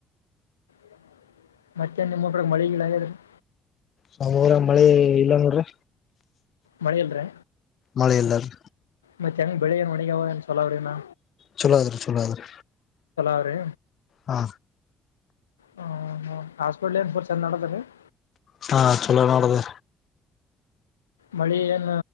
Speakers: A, on the left; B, on the left.
A: <inaudible> ಮತ್ತೆ ನಿಮ್ಮೊಕ್ಕಳ ಮಳೆ ಗಿಳೇ <unintelligible>
B: ನಮ್ ಊರಗೆ ಮಳೆ ಇಲ್ಲ ನೋಡ್ರಿ.
A: ಮಳೆ ಇಲ್ಲ ರಾ.
B: ಮಳೆೆಯಲ್ಲಾರೀ.
A: ಮತ್ ಹೆಂಗ ಬೆಳಿ ಎನ್ ಒಣಗಾವ ಏನ್ ಚಲೋ ಅವ್ರಾ.
B: ಚಲೋ ಆದ್ರೆ ಚಲೋ ಆದ್ರೆ
A: ಅವ್ರಿ
B: ಹಾ.
A: ಹ್ಮ್ ಹಾಸ್ಪಟ್ಲಿ <unintelligible> <unintelligible> <unintelligible>
B: ಹಾ ಚಲೋ ನೋಡ್ದೆ.
A: ಮಳೆ ಏನ್